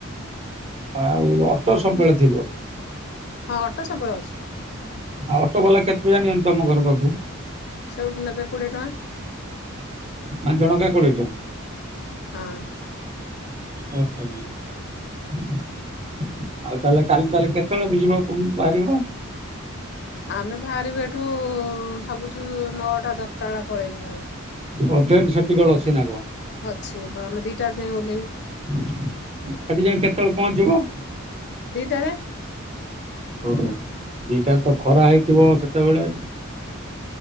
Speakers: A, on the right; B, on the left.
A: ଆଉ ଅଟୋ ସବୁବେଳେ ଥିବ।
B: ହଁ ଅଟୋ ସବବେଳେ ଅଛି ସେଠି।
A: ଆଉ ଅଟୋବାଲା କେତ୍ ପଇସା ନିଅନ୍ତି ତମ ଘର ପାଖକୁ?
B: ସେଇଠୁ ନେବେ କୋଡ଼ିଏ ଟଙ୍କା
A: ମାନେ ଜଣକା କୋଡିଏ ଟଙ୍କା।
B: ହଁ।
A: ଓହୋ ଆଉ ତାହେଲେ କାଲି ତାହାଲେ କେତେବେଳେ ବୁଲି ବାକୁ ବାହାରିବ?
B: ଆମେ ବାହାରିବୁ ଏଠୁ ଭାବୁଚୁ ନଅଟା ଦଶ୍ଟା ବେଳେ ପଳେଇବୁ ଭାବିଚୁ।
A: ଓ ଟ୍ରେନ୍ ସେତିକି ବଳେ ଅଛି ନା କଣ?
B: ଅଛି ହଁ ଆମେ ଦି ଟାରେ ଯାଇଁ ଓହ୍ଲେଇବୁ।
A: ସେଠି ଯାଇ କେତେବେଳେ ପହଞ୍ଚିବ?
B: ଦିଟାରେ
A: ହ ଦିଟାରେ ତ ଖରା ହେଇଥିବ ସେତେବେଳେ?